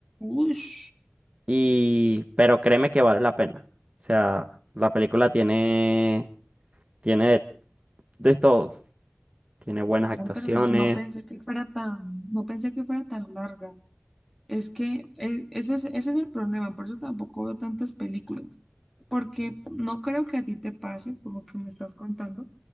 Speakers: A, in the centre; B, on the right.
A: Ush.
B: Y, pero créeme que vale la pena. O sea, la película tiene, tiene de de todo. Tiene buenas
A: Uy,
B: actuaciones.
A: pero no, no pensé que fuera tan, no pensé que fuera tan larga. Es que e- ese es, ese es el problema, por eso tampoco veo tantas películas, porque no creo que a ti te pase, por lo que me estás contando,